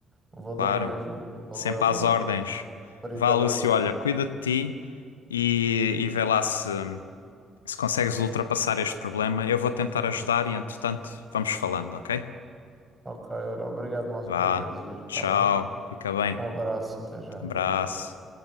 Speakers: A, on the right; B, on the left.
A: Valeu
B: claro.
A: mesmo, valeu,
B: Sempre às
A: valeu,
B: ordens.
A: obrigadão.
B: Vá, Lúcio, olha, cuida de ti e, e vê lá se, se consegues ultrapassar este problema. Eu vou tentar ajudar e entretanto, vamos falando, ok?
A: Ok, olha, obrigado mais
B: Vá,
A: uma vez, Yuri, tá
B: tchau,
A: bem?
B: fica bem.
A: Um abraço, até já,
B: Abraço.
A: até já.